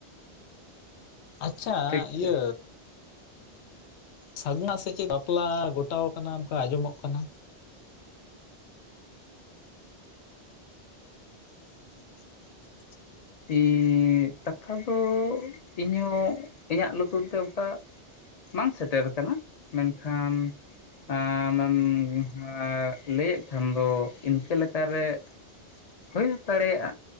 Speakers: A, on the left; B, on the left.
A: ᱟᱪᱪᱷᱟ
B: ᱴᱷᱤᱠ ᱥᱮ
A: ᱤᱭᱟᱹᱻ ᱥᱟᱜᱩᱱᱟᱜ ᱥᱮᱪᱮᱫ ᱵᱟᱯᱞᱟ ᱜᱚᱴᱟᱣ ᱟᱠᱟᱱᱟ ᱚᱱᱠᱟ ᱟᱸᱡᱚᱢᱚᱜ ᱠᱟᱱᱟ <unintelligible>
B: ᱮᱸᱜᱻ ᱠᱟᱛᱷᱟ ᱫᱚ ᱤᱧᱦᱚᱸ ᱤᱧᱟᱜ ᱞᱩᱛᱩᱨ ᱛᱮ ᱚᱱᱠᱟ ᱵᱟᱝ ᱥᱮᱴᱮᱨ ᱟᱠᱟᱱᱟ ᱢᱮᱱᱠᱷᱟᱱ ᱮᱸ ᱟᱢᱮᱢ ᱮ ᱞᱟᱹᱭᱮᱫ ᱠᱷᱟᱱ ᱫᱚ ᱤᱱᱠᱟᱹ ᱞᱮᱠᱟᱨᱮᱼᱼ ᱦᱳᱭ ᱫᱟᱲᱮᱭᱟᱜᱼᱟ